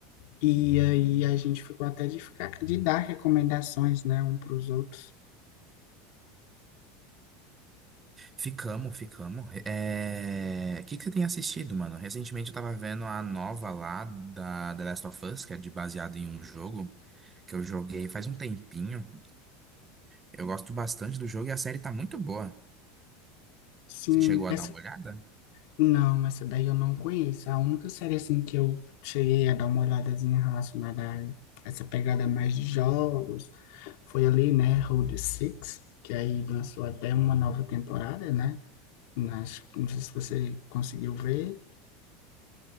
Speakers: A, on the left; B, on the right.
A: E aí a gente ficou até de ficar, de dar recomendações, né, um pros outros.
B: Ficamos, ficamos. É... O que que você tem assistido, mano? Recentemente eu tava vendo a nova lá da The Last of Us, que é de baseado em um jogo que eu joguei faz um tempinho. Eu gosto bastante do jogo e a série tá muito boa.
A: Sim,
B: Você chegou a
A: essa
B: dar uma olhada?
A: Não, essa daí eu não conheço. A única série assim que eu cheguei a dar uma olhadazinha relacionada a essa pegada mais de jogos foi ali, né, Road Six, que aí lançou até uma nova temporada, né? Mas não sei se você conseguiu ver.